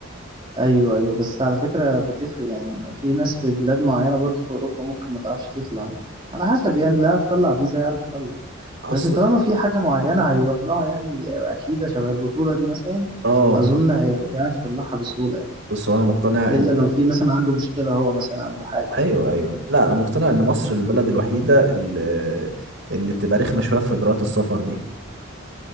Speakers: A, on the right; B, on the right.
A: ايوه ايوه بس على فكره بتفرق يعني في ناس في بلاد معينه برضو في اوروبا ممكن ما تعرفش تطلع يعني على حسب يعني اللي عارف يطلع فيزا يعرف يطلع
B: اصلا
A: بس طالما في حاجه معينه هيروح لها يعني اكيد شبه البطوله دي مثلا
B: اه
A: اظن هي- هيعرف يطلعها بسهوله يعني
B: بص هو انا مقتنع
A: الا
B: ان
A: لو في مثلا عنده مشكله هو مثلا عنده حاجه
B: ايوه ايوه لا انا مقتنع ان مصر البلد الوحيده اللي, اللي بتبقى رخمه شويه في اجراءات السفر دي